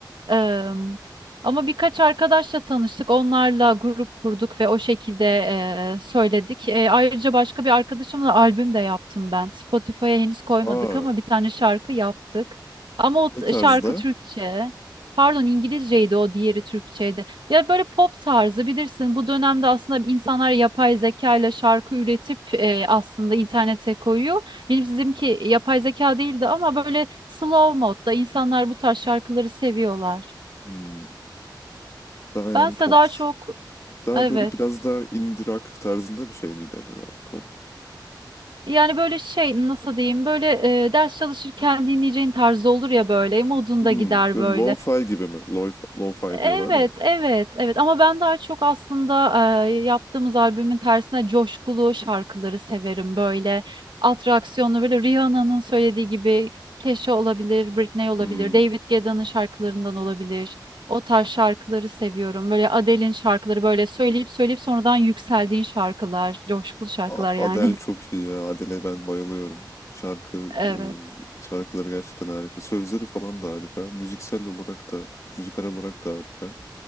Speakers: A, on the right; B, on the left.
A: Em, ama birkaç arkadaşla tanıştık. Onlarla grup kurduk ve o şekilde e, söyledik. E, ayrıca başka bir arkadaşımla albüm de yaptım ben. Spotify'a henüz koymadık
B: aa,
A: ama bir tane şarkı yaptık. Ama o
B: ne
A: t-
B: tarzda?
A: şarkı Türkçe. Pardon İngilizceydi o diğeri Türkçeydi. Ya böyle pop tarzı bilirsin. Bu dönemde aslında insanlar yapay zeka ile şarkı üretip e, aslında internete koyuyor. Benim sizinki yapay zeka değildi ama böyle slow modda insanlar bu tarz şarkıları seviyorlar.
B: Hmm, daha yani
A: Bense
B: pop.
A: daha çok
B: Daha
A: evet.
B: böyle biraz daha indie rock tarzında bir şey miydi acaba? Pop.
A: Yani böyle şey nasıl diyeyim böyle e, ders çalışırken dinleyeceğin tarzı olur ya böyle modunda
B: Hmm,
A: gider
B: böyle
A: böyle.
B: lo-fi gibi mi? Lo-fi, lo-fi
A: Evet,
B: diyorlar ya.
A: evet, evet. Ama ben daha çok aslında e, yaptığımız albümün tersine coşkulu şarkıları severim. Böyle atraksiyonlu, böyle Rihanna'nın söylediği gibi Kesha olabilir, Britney olabilir,
B: Hmm.
A: David Guetta'nın şarkılarından olabilir. O tarz şarkıları seviyorum. Böyle Adele'in şarkıları böyle söyleyip söyleyip sonradan yükseldiğin şarkılar, coşkulu şarkılar
B: A-
A: yani.
B: Adele çok iyi ya. Adele'e ben bayılıyorum. Şarkı,
A: <laughs> Evet,
B: e, şarkıları gerçekten harika. Sözleri falan da harika. Müziksel olarak da, müzikal olarak da harika.